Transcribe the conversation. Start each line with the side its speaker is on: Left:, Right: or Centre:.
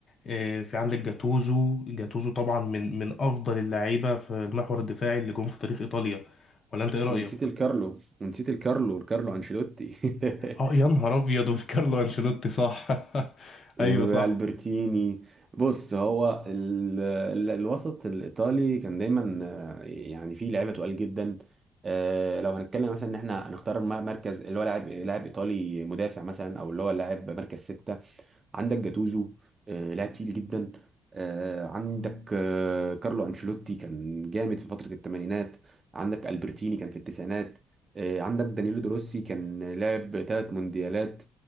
Left: آه، في عندك جاتوزو جاتوزو طبعا من من افضل اللعيبه في المحور الدفاعي اللي جم في تاريخ ايطاليا ولا انت ايه رايك
Right: ونسيت الكارلو ونسيت الكارلو الكارلو انشيلوتي <laughs>
Left: اه يا نهار ابيض <laughs> وفي كارلو انشيلوتي صح <laughs>
Right: والبرتيني
Left: ايوه صح
Right: بص هو ال... ال... الوسط الايطالي كان دايما آه، يعني فيه لعيبه تقال جدا آه، لو هنتكلم مثلا ان احنا هنختار م- مركز اللي هو لاعب لاعب ايطالي مدافع مثلا او اللي هو لاعب مركز سته عندك جاتوزو آه، لاعب تقيل جدا آه، عندك آه، كارلو انشيلوتي كان جامد في فترة الثمانينات عندك البرتيني كان في التسعينات آه، عندك دانيلو دروسي كان لاعب ثلاث مونديالات